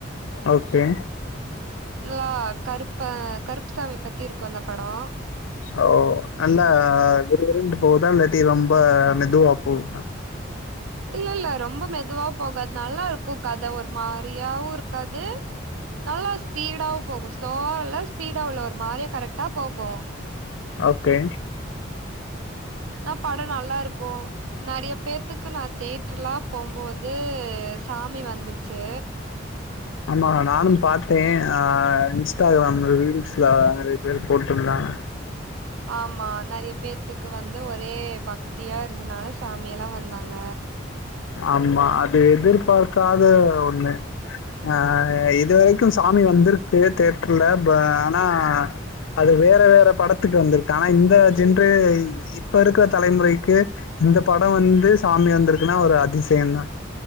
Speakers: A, on the left; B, on the right.
A: ஓக்கே
B: லா கருப்ப கருப்புசாமி பத்தி இருக்கு அந்த படொ
A: ஓ நல்லா விறுவிறுன்டு போகுதா இல்லாட்டி ரொம்ப மெதுவா போகுதா
B: இல்லல்ல ரொம்ப மெதுவா போகாது நல்லா ருக்கும் கத ஒரு மாரியாவு இருக் காது நல்லா ஸ் ஸ்பீடாவு போகு ஸ்லோவா இல்ல ஸ்பீடா உள்ள ஒரு மாரியா கரெக்டா போகு
A: ஓக்கே
B: ந படொ நல்லார்க்கூ நெறய பேத்துக்கு நா தேட்ர்ல்லா போம்போது சாமி வந்துச்சு
A: <inaudible> ஆமா நானு பாத்தே ஆ இன்ஸ்டாகிராம்ல்ல ரீல்ஸ்ல நெறைய பேரு போட்ருந்தாங்க
B: ஆமா நறைய பேர் எனக்கு வந்து ஒரே பக்தியா இருந்தனால சாமியல்லா வந்தாங்க
A: ஆமா அது எதுர்பாக்காத ஒண்ணு ஆ இதுவரைக்கு சாமி வந்துரு க்கு தேட்ருல்ல ப ஆனா அது வேற வேற படத் த்ட்டு வந்த்ருக்கு ஆனா இந்த ஜென்ரே ப் இப்ப இருக்கிற தலைமுறைக்கு இந்த படோ வந்து சாமி வந்த்ருக்குன்னா ஒரு அதிசயந்தா